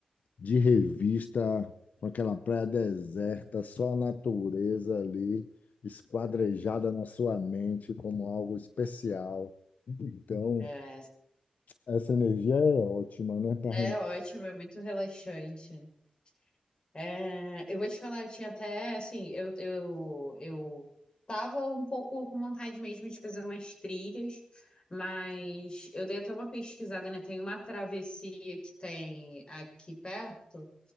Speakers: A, on the left; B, on the left.
A: de revista, com aquela praia deserta, só a natureza ali esquadrejada na sua mente como algo especial. Então,
B: é,
A: essa energia é ótima, né? pra
B: é
A: rem-
B: ótimo, é muito relaxante. É, eu vou te falar, eu tinha até, assim, eu, eu, eu tava um pouco com vontade mesmo de fazer umas trilhas, mas eu dei até uma pesquisada, né? Tem uma travessia que tem aqui perto,